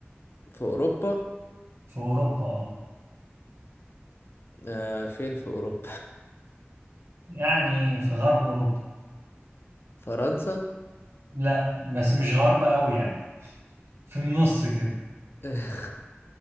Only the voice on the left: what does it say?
في أوروبا
آه فين في أوروبا
<laughs> فرنسا
<laughs>